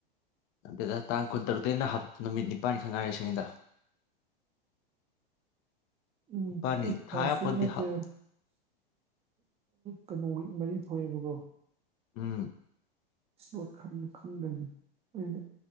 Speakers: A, on the left; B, on the right.
A: ꯌꯥꯝꯗꯦꯗ ꯇꯥꯡ ꯀꯨꯟꯇꯔꯨꯛꯇꯩꯅ ꯍꯥꯞ ꯅꯨꯃꯤꯠ ꯅꯤꯄꯥꯥꯟꯅꯤ ꯈꯛꯇꯉꯥꯏꯔꯤꯁꯤꯅꯤꯗ
B: ꯎꯝ
A: ꯅꯤꯄꯥꯜꯅꯤ
B: ꯑꯩ ꯐꯔꯁꯋꯤꯛ
A: ꯊꯥ ꯌꯥꯄꯣꯟꯇꯦ
B: ꯅꯠꯇꯔ
A: ꯍꯞ
B: ꯀꯩꯅꯣ ꯋꯤꯛ ꯃꯔꯤ ꯊꯣꯛꯑꯦꯕꯀꯣ
A: ꯎꯝ
B: ꯁꯂ꯭ꯣꯠ ꯈꯟ ꯈꯪꯗꯒꯅꯤ ꯑꯩꯅ